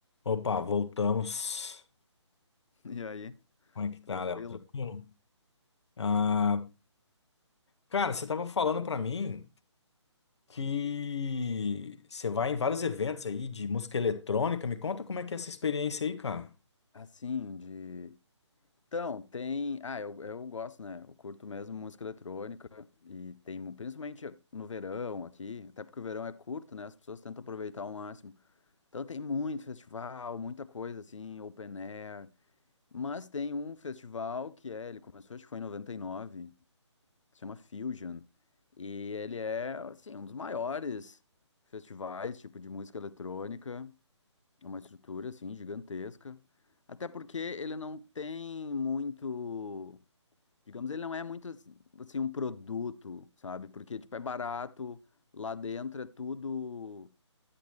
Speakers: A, on the left (about 65°); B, on the left (about 85°).
A: Opa, voltamos.
B: E aí,
A: Como é que tá,
B: tranquilo?
A: Léo? Tranquilo? Ah, cara, você tava falando pra mim que você vai em vários eventos aí de música eletrônica. Me conta como é que é essa experiência aí, cara.
B: Assim, de. Então, tem. Ah, eu, eu gosto, né? Eu curto mesmo música eletrônica e tem, mu- principalmente no verão aqui, até porque o verão é curto, né? As pessoas tentam aproveitar ao máximo. Então, tem muito festival, muita coisa assim, open air. Mas tem um festival que é, ele começou, acho que foi em 99, que se chama Fusion. E ele é, assim, um dos maiores festivais, tipo, de música eletrônica. É uma estrutura, assim, gigantesca. Até porque ele não tem muito. Digamos, ele não é muito, assim, um produto, sabe? Porque, tipo, é barato, lá dentro é tudo.